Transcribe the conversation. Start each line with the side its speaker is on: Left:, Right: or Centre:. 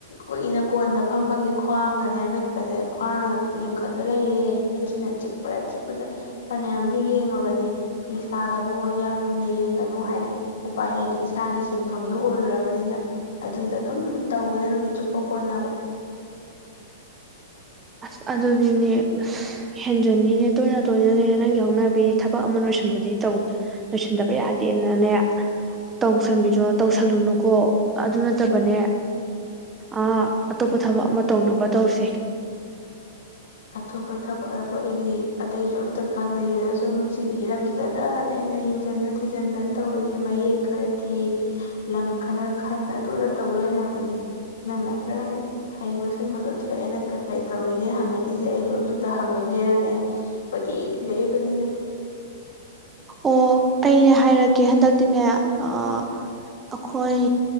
Left: ꯀꯨꯏꯅ ꯀꯣꯟꯅ ꯐꯝꯕꯒꯤ ꯈ꯭ꯋꯥꯡꯒꯅꯦ ꯃꯤꯠꯀꯁꯦ ꯈ꯭ꯋꯥꯡꯅ ꯂꯤꯡꯈꯠꯂ ꯂꯩꯔꯦ ꯃꯤꯠꯁꯤꯅ ꯆꯤꯛꯄꯗ ꯆꯤꯛꯄꯗ ꯐꯅꯌꯥꯝꯁꯨ ꯌꯦꯡꯉꯕꯅꯤ ꯐꯤ ꯁꯥꯒꯅꯨ ꯌꯥꯝ ꯃꯨꯟꯅ ꯌꯦꯡꯒꯅꯨ ꯍꯥꯏꯔꯛꯏ ꯎꯄꯥꯏ ꯂꯩꯇꯦ ꯏꯁ ꯏꯁꯥꯒꯤ ꯁꯤꯟꯐꯝꯗꯨꯣ ꯑꯣꯏꯔꯨꯔꯕꯅꯤꯅ ꯑꯗꯨꯗ ꯑꯗꯨꯝ ꯇꯧꯕꯗ ꯅꯨꯃꯤꯠ ꯆꯨꯞꯄ ꯀꯣꯟꯅꯕ
Right: ꯑꯁ ꯑꯗꯨꯅꯤꯅꯦ ꯑꯁ ꯍꯦꯟꯖꯟꯅꯤꯅꯦ ꯇꯣꯏꯅ ꯇꯣꯏꯅꯅꯦ ꯅꯪꯒꯤ ꯍꯧꯅꯕꯤ ꯊꯕꯛ ꯑꯃ ꯂꯣꯏꯁꯤꯟꯗꯕ ꯌꯥꯗꯦꯅꯅꯦ ꯇꯧꯁꯟꯕꯤꯗꯣ ꯇꯧꯁꯜꯂꯨꯅꯨꯀꯣ ꯑꯗꯨ ꯅꯠꯇꯕꯅꯦ ꯑ ꯑꯇꯣꯞꯄ ꯊꯕꯛ ꯑꯃ ꯇꯧꯅꯕ ꯇꯧꯁꯤ
Left: ꯑꯇꯣꯞꯄ ꯊꯕꯛꯕꯨ ꯑꯩꯗꯤ ꯑꯇꯩꯁꯨ ꯑꯃꯠꯇ ꯈꯪꯗꯦ ꯁꯤꯗ ꯁꯨꯝ ꯁꯤꯒꯤ ꯍꯤꯔꯝꯁꯤꯗꯗꯅꯦ ꯑꯩꯅ ꯌꯦꯡꯁꯤꯟꯅ ꯊꯤꯖꯤꯟꯗꯅ ꯇꯧꯔꯤꯁꯦ ꯃꯌꯦꯛ ꯈꯔ ꯊꯤ ꯂꯪ ꯈꯔ ꯈꯟ ꯑꯗꯨꯗ ꯇꯧ ꯂꯩꯔꯕꯅꯤ ꯅꯪꯅ ꯈꯔ ꯍꯩꯕ ꯁꯤꯡꯕꯗꯣ ꯊꯣꯛꯑꯦ ꯅꯪ ꯀꯩꯀꯩ ꯇꯧꯔꯤꯒꯦꯅ ꯍꯪꯉꯛꯏ ꯏꯁꯦ ꯑꯩꯁꯨ ꯑꯗꯨꯗ ꯍꯪꯉꯒꯦꯔꯅꯦ ꯀꯣꯏꯊꯤ ꯊꯤꯔꯛꯏꯕꯅꯤꯅꯦ
Right: ꯑꯣ ꯑꯩꯅꯦ ꯍꯥꯏꯔꯛꯀꯦ ꯍꯟꯗꯛꯇꯤꯅꯦ ꯑꯩꯈꯣꯏ